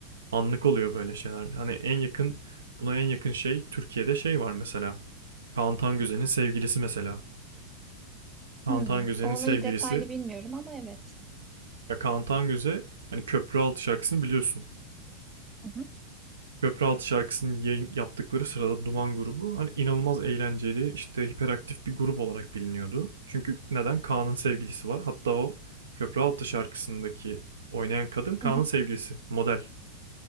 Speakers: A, on the right; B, on the right.
A: anlık oluyor böyle şeyler. Hani en yakın buna en yakın şey Türkiye'de şey var mesela. Kaan Tangöze'nin sevgilisi mesela. Kaan
B: Hmm,
A: Tangöze'nin
B: o
A: sevgilisi
B: olayı detaylı bilmiyorum ama evet.
A: ya Kaan Tangöze hani Köprü Altı şarkısını biliyorsun.
B: Hı hı.
A: Köprüaltı şarkısını yayın yaptıkları sırada Duman grubu hani inanılmaz eğlenceli işte hiperaktif bir grup olarak biliniyordu. Çünkü neden? Kaan'ın sevgilisi var. Hatta o Köprüaltı şarkısındaki oynayan kadın Kaan'ın
B: Hı hı.
A: sevgilisi. Model.